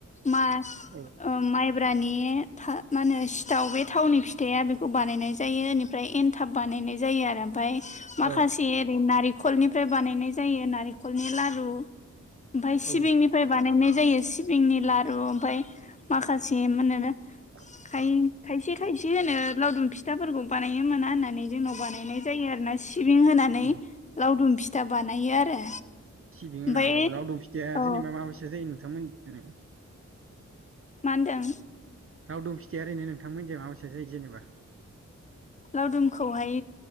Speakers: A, on the left (about 25°); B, on the right (about 45°).
A: मास
B: औ
A: ओ माइब्रानि था मानो सिथाव बे थावनि फिथाइया बेखौ बानायनाय जायो इनि फ्राय एनथाब बानायनाय जायो आरो ओमफाय माखासे
B: औ
A: ओरै नारिखलनिफ्राय बानायनाय जायो नारिखलनि लारु। ओमफाय
B: औ
A: सिबिंनिफाय बानायनाय जायो सिबिंनि लारु ओमफाय माखासे मानोनो
B: <inaudible>
A: हाय खायसे खायसे होनो लावदुम फिथाफोरखौ बानायो मोना होननानै जोंनाव बानायनाय जायो आरो ना सि सिबिं होनानै
B: औ
A: लावदुम फिथा बानायो आरो।
B: सिबिं होना
A: ओमफ्राय
B: हौ लावदुम फिथिया
A: औ
B: जेनेबा माबायसा जायो नोंथां मोननिथिंना?
A: मानदों?
B: लावदुम फिथाया ओरैनो नोंथांमोनजे मा बायसा जायो जेनबा?
A: लावदुमखौहाय